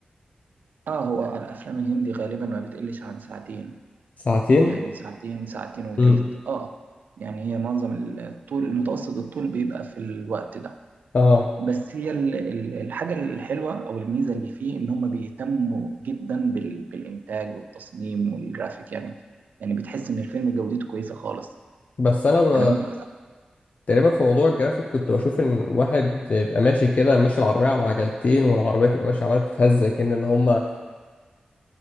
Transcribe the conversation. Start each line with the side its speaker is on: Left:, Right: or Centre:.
Right: اه هو الافلام الهندي غالبا ما بتقلش عن ساعتين
Left: ساعتين
Right: يعني ساعتين ساعتين وتلت
Left: امم
Right: اه يعني هي معظم الطول متوسط الطول بيبقى في الوقت ده
Left: اه
Right: بس هي ال- ال- الحاجة الحلوة أو الميزة اللي فيه إن هم بيهتموا جدا بال- بالإنتاج والتصميم والجرافيك يعني يعني بتحس إن الفيلم جودته كويسة خالص
Left: بس انا ب...
Right: أنا ممكن
Left: تقريبا في موضوع الجرافيك كنت بشوف ان واحد يبقى ماشي كده ماشي العربية على عجلتين والعربية تبقى ماشية عمالة بتتهز كأن اللي هما